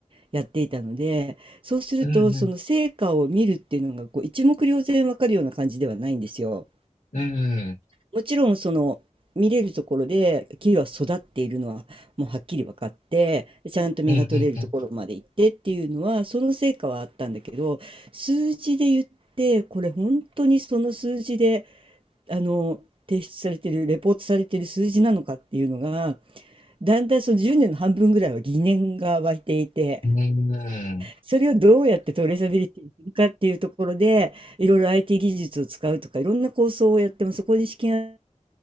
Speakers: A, on the right; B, on the left.
A: やっていたので、そうするとその成果を見るっていうのがこう一目瞭然わかるような感じではないんですよ。
B: うん。うん。うん。
A: もちろんその見れるところで木は育っているのはもうはっきり分かってちゃんと実が取れるところまで行ってっていうのはその成果はあったんだけど数字で言ってこれ本当にその数字で
B: うん。うん。
A: あの提出されてるレポートされてる数字なのかっていうのがだんだんその10年の半分ぐらいは疑念が湧いていて。
B: うん。うん。うん。
A: それをどうやってトレーサビリティにするかっていうところで、いろいろ IT 技術を使うとか、いろんな構想をやっても、そこに資金が